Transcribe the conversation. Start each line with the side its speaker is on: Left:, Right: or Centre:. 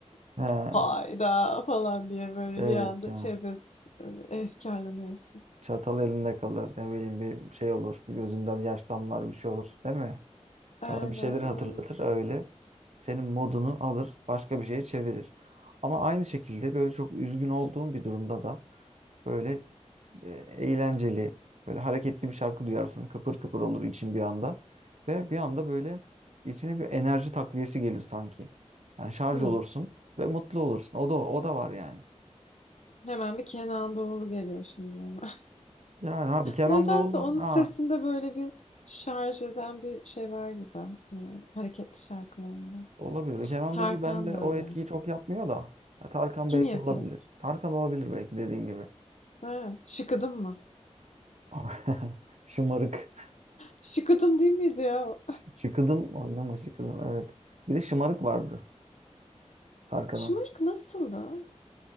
Right: Ha,
Left: Hayda falan diye böyle
Right: evet
Left: bir anda
Right: ya.
Left: şey yapıyorsun. Hani efkarlanıyorsun.
Right: Çatal elinde kalır. Ne bileyim bir şey olur. Bir gözünden yaş damlar bir şey olur. Değil mi? Sana
Left: Aynen
Right: bir şeyleri hatırlatır
Left: aynen.
Right: öyle. Senin modunu alır. Başka bir şeye çevirir. Ama aynı şekilde böyle çok üzgün olduğun bir durumda da böyle e, eğlenceli, böyle hareketli bir şarkı duyarsın. Kıpır kıpır olur için bir anda. Ve bir anda böyle içine bir enerji takviyesi gelir sanki. Yani şarj
Left: Hı.
Right: olursun ve mutlu olursun. O da o, o da var yani.
Left: Hemen bir Kenan Doğulu geliyor şimdi. benim. <laughs>
Right: Yani abi Kenan
Left: Nedense
Right: Doğulu
Left: onun sesinde
Right: ha
Left: böyle bir şarj eden bir şey var gibi. e, hareketli şarkılarında.
Right: olabilir. Kenan
Left: Tarkan
Right: Doğulu bende
Left: da
Right: o
Left: öyle.
Right: etkiyi çok yapmıyor da. Ha, Tarkan
Left: Kim
Right: belki
Left: yapıyor?
Right: olabilir. Tarkan olabilir belki dediğin gibi.
Left: Ha, şıkıdım mı?
Right: <laughs> Şımarık.
Left: Şıkıdım değil miydi ya?
Right: <laughs> Şıkıdım oynama şıkıdım evet. Bir de şımarık vardı Tarkan'ın.
Left: Şımarık nasıldı?